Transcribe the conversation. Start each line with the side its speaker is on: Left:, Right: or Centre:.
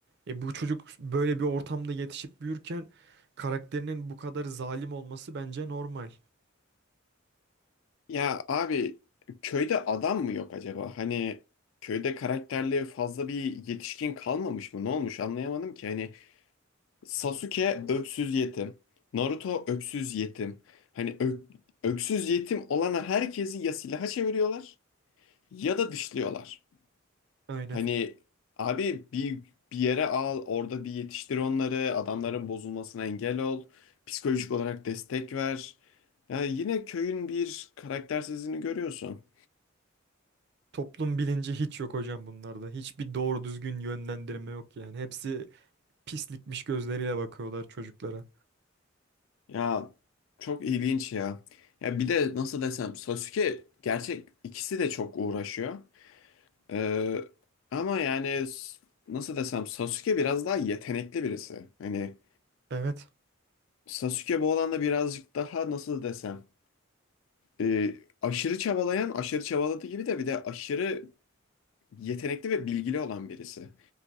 Right: E bu çocuk böyle bir ortamda yetişip büyürken karakterinin bu kadar zalim olması bence normal.
Left: Ya abi köyde adam mı yok acaba? Hani köyde karakterli fazla bir yetişkin kalmamış mı? Ne olmuş anlayamadım ki. Hani Sasuke öksüz yetim. Naruto öksüz yetim. Hani ö- öksüz yetim olana herkesi ya silaha çeviriyorlar ya da dışlıyorlar.
Right: Aynen.
Left: Hani abi bir bir yere al, orada bir yetiştir onları, adamların bozulmasına engel ol, psikolojik olarak destek ver. Ya yine köyün bir karaktersizliğini görüyorsun.
Right: Toplum bilinci hiç yok hocam bunlarda. Hiçbir doğru düzgün yönlendirme yok yani. Hepsi pislikmiş gözleriyle bakıyorlar çocuklara.
Left: Ya çok ilginç ya. Ya bir de nasıl desem Sasuke gerçek ikisi de çok uğraşıyor. Ee, ama yani s- nasıl desem Sasuke biraz daha yetenekli birisi. Hani
Right: Evet.
Left: Sasuke bu alanda birazcık daha nasıl desem e, aşırı çabalayan aşırı çabaladığı gibi de bir de aşırı yetenekli ve bilgili olan birisi.